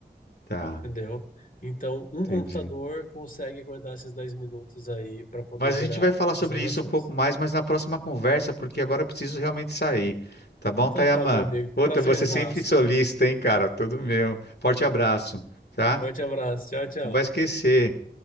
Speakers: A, on the left; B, on the left.
A: tá,
B: Entendeu? Então, um
A: entendi.
B: computador consegue aguentar esses 10 minutos aí para poder
A: Mas
B: gerar
A: a gente vai falar sobre
B: as transações.
A: isso um pouco mais, mas na próxima conversa, porque agora eu preciso realmente sair. Tá bom,
B: Então
A: Tayaman?
B: tá, meu amigo.
A: Outra,
B: Prazerzaço.
A: você sempre solista, hein, cara? Tudo meu. Forte abraço, tá?
B: Forte abraço. Tchau, tchau.
A: Não vai esquecer.